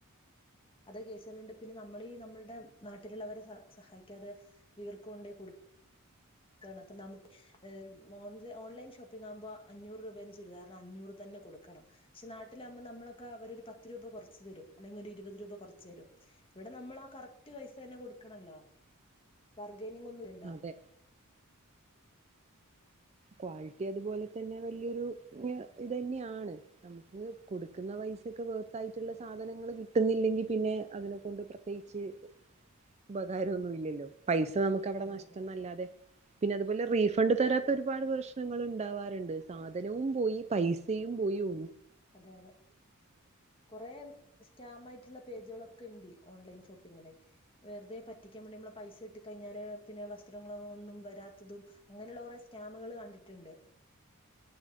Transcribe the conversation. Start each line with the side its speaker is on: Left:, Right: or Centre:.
Left: അത് കേസുകളുണ്ട് പിന്നെ നമ്മളീ നമ്മളുടെ നാട്ടിലുള്ളവരെ സ സഹായിക്കാതെ ഇവർക്ക് കൊണ്ടേയ് കൊടു ക്കാണ് അപ്പം നമുക്ക് ഏഹ് ഓൺ ഓൺലൈൻ ഷോപ്പിംഗാവുമ്പൊ അഞ്ഞൂറ് രൂപേന്റെ ചുരിദാർ ന് അഞ്ഞൂറ് തന്നെ കൊടുക്കണം പക്ഷെ നാട്ടിലാകുമ്പം നമ്മളൊക്കെ അവരൊരു പത്ത് രൂപ കൊറച്ച് തരും അല്ലെങ്കിൽ ഒരു ഇരു ഇരുപതു രൂപ കൊറച്ചു തരും ഇവി ടെ നമ്മളാ കറക്ട് പൈസ തന്നെ കൊടുക്കണല്ലോ വർ ലൈനിങ് ഒന്നുല്ലല്ലോ
Right: അതെ ക്വാളിറ്റി അതുപോലെ തന്നെ വലിയൊരു ഇത് തന്നെയാണ് നമുക്ക് കൊടുക്കുന്ന പൈ സക്ക് വെറത്തായിട്ടുള്ള സാധനങ്ങള് കിട്ടുന്നില്ലെങ്കിൽ പിന്നെ അതിനെ കൊണ്ട് പ്രത്യേകിച്ച് ഉപകാരൊന്നും ഇല്ലല്ലോ പൈസ നമുക്ക് അവിടെ
Left: അതെ
Right: നഷ്ടംന്നല്ലാതെ
Left: അതെ
Right: പിന്നെ അതുപോലെ റീഫണ്ട് തരാത്ത ഒരു ഒരുപാട് പ്രശ്നങ്ങൾ ഉണ്ടാവാറുണ്ട് സാധനവും പോയി പൈസയും പോയി ഒ
Left: അതെ അതെ കൊറേ സ്കാമായ്ട്ട് <unintelligible> പേജുകളൊക്കെ ണ്ട് ഓൺലൈൻ ഷോപ്പിങ്ങിലെയ് വെറുതെ പറ്റിക്കാൻ വേണ്ടി നമ്മളെ പൈസ കിട്ടി കഴിഞ്ഞാല് പിന്നെ വസ്ത്രങ്ങളും ഒന്നും വരാത്തതും അങ്ങനെയുള്ള കുറെ സ്റ്റാമുകള് കണ്ടിട്ടുണ്ട്